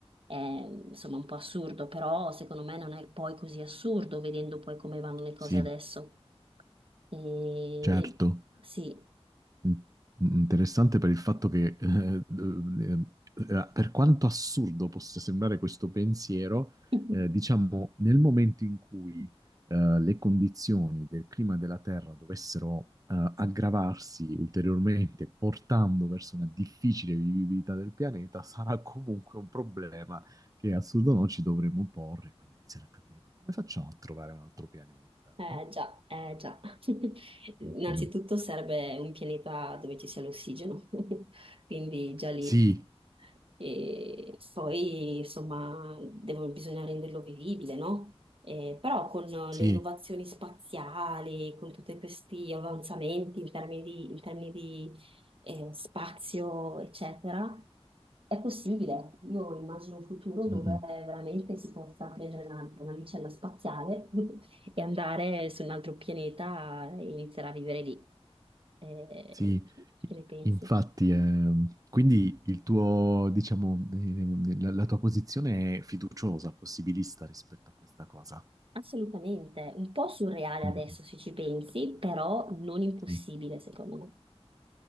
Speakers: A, on the right (about 60°); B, on the right (about 35°).
A: è, insomma, un po' assurdo, però secondo me non è poi così assurdo vedendo poi come vanno le cose
B: sì,
A: adesso. E
B: certo.
A: sì.
B: Mm, Interessante per il fatto che, eh, eh, eh, per quanto assurdo possa sembrare questo pensiero,
A: <laughs>
B: eh, diciamo, nel momento in cui, eh, le condizioni del clima della Terra dovessero, eh, aggravarsi ulteriormente, portando verso una difficile vivibilità del pianeta, sarà comunque un problema che assurdo no ci dovremmo porre, quindi iniziare a capire, ma come facciamo a trovare un altro pianeta,
A: Eh
B: no?
A: già, eh
B: Andare
A: già. <laughs> Innanzitutto
B: vicino.
A: serve un pianeta dove ci sia l'ossigeno, <laughs> quindi già lì.
B: Sì,
A: E poi, insomma, devono- bisogna renderlo vivibile, no? Eh, però con le
B: sì.
A: innovazioni spaziali, con tutti questi avanzamenti in termini di, in termini di, eh, spazio, eccetera, è possibile. Io immagino un futuro
B: Mm,
A: dove veramente si possa prendere una, una navicella spaziale <laughs> e andare su un altro pianeta e iniziare a vivere lì. Eh,
B: Sì, i-
A: che ne pensi?
B: infatti, ehm, quindi il tuo, diciamo, eh, la, la tua posizione è fiduciosa, possibilista rispetto a questa cosa.
A: Assolutamente, un po' surreale
B: Mm,
A: adesso se ci pensi, però non impossibile
B: Sì.
A: secondo me.